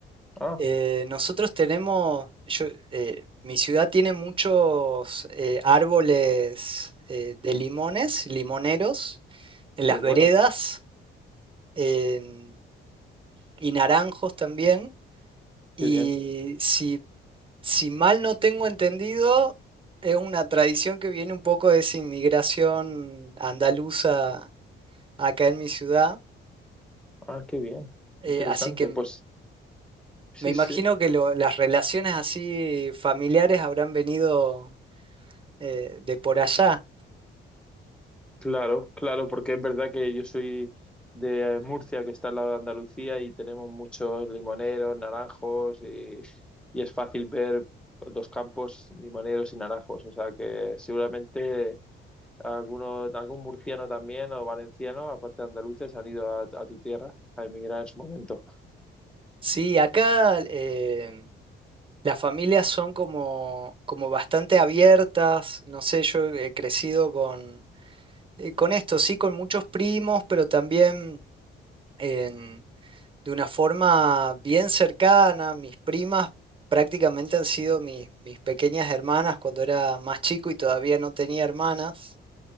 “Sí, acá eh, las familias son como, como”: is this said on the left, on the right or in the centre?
Right